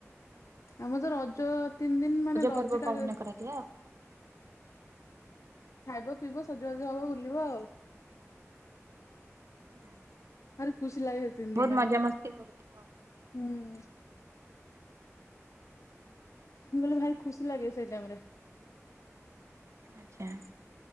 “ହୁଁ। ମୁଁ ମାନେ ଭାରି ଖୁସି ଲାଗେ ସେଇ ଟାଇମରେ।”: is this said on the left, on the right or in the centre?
Left